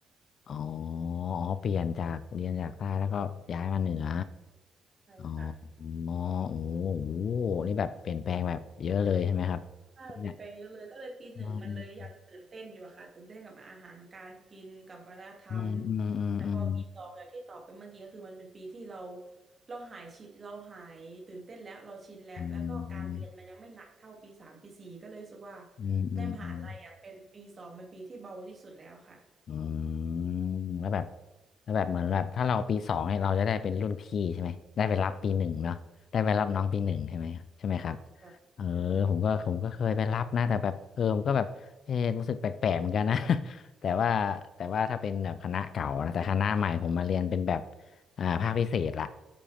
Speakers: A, on the left; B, on the right.
A: อ๋ออ๋อเปลี่ยนจากเรียนจากใต้แล้วก็ย้ายมาเหนือ
B: ใช่ค่ะ
A: อ๋ออ๋อโอ้โหนี่แบบเปลี่ยนแปลงแบบเยอะเลยใช่ไหมครับ
B: ใช่เปลี่ยนแปลงเยอะเลยก็เลยปีหนึ่งมันเลยยังตื่นเต้นอยู่อะค่ะตื่นเต้นกับอาหารการกินกับวัฒนธรรม
A: เนี่ยอืมอืมอืมอืม
B: แต่พอปีสองอย่างที่ตอบไปเมื่อกี้ก็คือมันเป็นปีที่เราเราหายชินเราหายตื่นเต้นแล้วเราชินแล้วแล้วก็การเรียนมันยังไม่หนักเท่าปีสามปีสี่ก็เลยรู้สึกว่า
A: อืมอืมอืมอืม
B: ในมหาลัยอ่ะเป็นปีสองเป็นปีที่เบาที่สุดแล้วค่ะ
A: อืมแล้วแบบแล้วแบบเหมือนแบบถ้าเราปีสองเนี่ยเราจะได้เป็นรุ่นพี่ใช่ไหมได้ไปรับปีหนึ่งเนาะได้ไปรับน้องปีหนึ่งใช่ไหมใช่ไหมครับ
B: ใช่ค่ะ
A: เออผมก็ผมก็เคยไปรับนะแต่แบบเออผมก็แบบเออรู้สึกแปลกๆเหมือนกันนะ
B: ใช่ค่ะ
A: <laughs> แต่ว่าแต่ว่าถ้าเป็นแบบคณะเก่านะแต่คณะใหม่ผมมาเรียนเป็นแบบอ่าภาคพิเศษละ